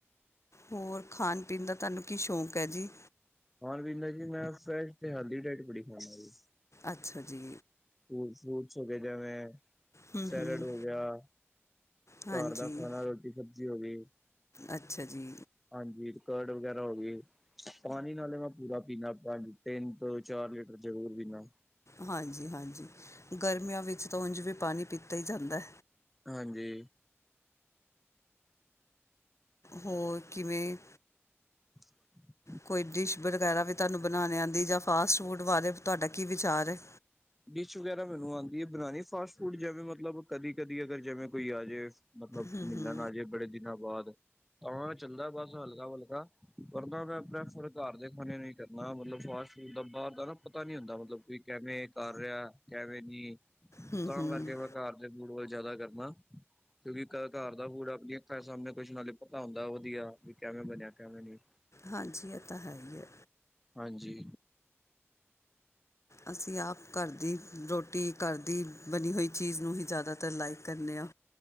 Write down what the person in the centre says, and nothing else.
ਖਾਣ-ਪੀਣ ਦਾ ਇੰਜ ਹੈ ਕਿ ਮੈ ਹੇਲਦੀ ਢਾਇਟ ਬੜੀ ਖਾਂਦਾ ਜੀ।
ਔਰ ਫਰੂਟਸ ਹੋਗੇ ਜਿਵੇਂ
ਸੈਲਢ
ਹੋ ਗਿਆ,
ਘਰ ਦਾ ਖਾਣਾ ਰੋਟੀ-ਸਬਜ਼ੀ ਹੋ ਗਈ।
ਹਾਂਜੀ, ਕਰਢ ਵਗੈਰਾ ਹੋ ਗਈ ਪਾਣੀ ਨਾਲੇ ਮੈਂ ਪੂਰਾ ਪੀਨਾ, ਤਿੰਨ ਤੋਂ ਚਾਰ ਲੀਟਰ ਜ਼ਰੂਰ ਪੀਨਾ।
ਹਾਂਜੀ।
<unintelligible>
ਡਿਸ਼ ਵਗੈਰਾ ਮੈਨੂੰ ਆਂਦੀ ਹੈ ਬਣਾਉਣੀ ਫਾਸਟ-ਫੂਡ, ਜਿਵੇਂ ਮਤਲਬ ਕਦੀ-ਕਦੀ ਅਗਰ ਜਿਵੇਂ ਕੋਈ ਆ ਜਾਵੇ। ਮਤਲਬ
ਮਿਲਣ
ਆਜੇ ਬੜੇ ਦਿਨਾਂ ਬਾਦ ਤਾਂ ਚੱਲਦਾ ਬਸ ਹਲਕਾ-ਹਲਕਾ। ਪੜਦਾ ਮੈ ਆਪਣੇ ਆਪ ਫਰਕ ਘਰ ਦੇ ਖਾਣੇ ਨੇ ਕਰਨਾ ਮਤਲਬ ਫਾਸਟ-ਫੂਡ ਦਾ ਬਾਹਰ ਦਾ ਨਾ ਪਤਾ ਨੀ ਹੁੰਦਾ ਮਤਲਬ ਕੋਈ ਕਿਵੇਂ ਕਰ ਰਿਹਾ। ਕਿਵੇਂ ਨੀ,
ਤਾਂ
ਕਰਕੇ ਮੈਂ ਘਰ ਦੇ ਫੂਡ ਵੱਲ ਜ਼ਿਆਦਾ ਕਰਨਾ। ਕਿਉਂਕਿ ਘਰ ਦਾ ਫੂਡ ਆਪਣੀ ਆਂੱਖਾਂ ਸਾਮਣੇ ਕੁਛ ਨਾਲ ਹੀ ਪਤਾ ਹੁੰਦਾ ਵਧੀਆ ਵੀ ਕਿਵੇਂ ਬਣਿਆ। ਕਿਵੇਂ ਨਹੀਂ।
ਹਾਂਜੀ।